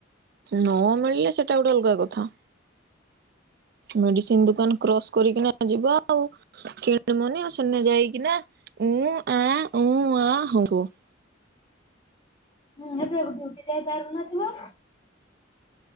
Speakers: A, on the right; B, on the left.
A: ନ ମିଳିଲେ ସେଟା ଗୋଟେ ଅଲଗା କଥା। ମେଡିସିନ ଦୋକାନ କ୍ରସ୍ କରିକିନା ଯିବା ଆଉ। କିଣ ମନି ଆଉ ସେନେ ଯାଇକି ନା ଉଁ ଆଁ ଉଁ ହଉଁଥିବା।
B: ହୁଁ ଏତ ଡିଉଟି ଯାଇପାରିଲନଥିବ